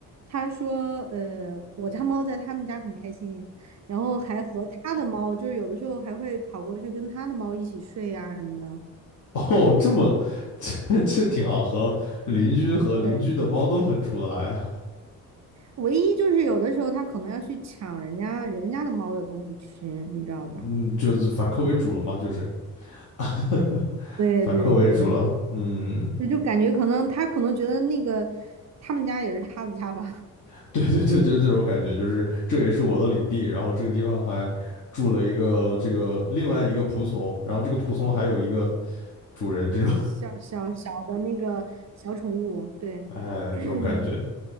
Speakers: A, on the right (about 40°); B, on the left (about 45°).
A: 他说呃我家猫在他们家很开心，然后还和他的猫就是有的时候还会跑过去跟他的猫一起睡啊什么的，
B: 哦，这么 <laughs>，这这挺好，和这邻居和邻居的猫都很处得来啊
A: 对。唯一就是有的时候它可能要去抢人家人家的猫的东西吃，你知道吧？
B: 嗯，就是反客为主了嘛，就是 <laughs>
A: 对对对，
B: 反客为主了。嗯，
A: 那就感觉可能它可能觉得那个他们家也是他的家吧，
B: <laughs> 对对对，就是这种感觉，就是这也是我的领地，然后这个地方还住了一个这个另外一个仆从，然后这个仆从还有一个主人，这种
A: <laughs> 小小小的那个小宠物，
B: <laughs>
A: 对。
B: 哎这种感觉。
A: <clears throat>